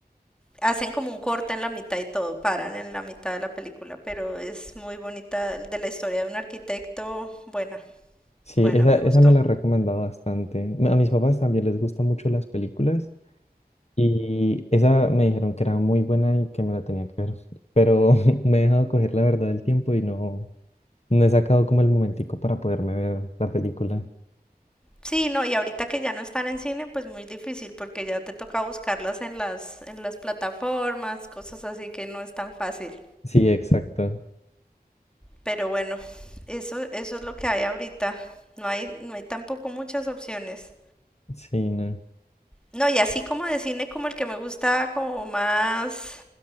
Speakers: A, in the centre; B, on the left.
A: Hacen como un corte en la mitad y todo. Paran en la mitad de la película. Pero es muy bonita. De la historia de un arquitecto. Buena.
B: Sí,
A: Buena,
B: esa,
A: me
B: esa
A: gustó.
B: me la he recomendado bastante. A mis papás también les gustan mucho las películas y esa me dijeron que era muy buena y que me la tenía que ver, pero <laughs> me he dejado coger la verdad del tiempo y no, no he sacado como el momentico para poderme ver la película.
A: Sí, no, y ahorita que ya no están en cine, pues muy difícil porque ya te toca buscarlas en las en las plataformas, cosas así que no es tan fácil.
B: Sí, exacto.
A: Pero bueno, eso eso es lo que hay ahorita. No hay no hay tampoco muchas opciones.
B: Sí, no.
A: No, y así como de cine como el que me gusta como más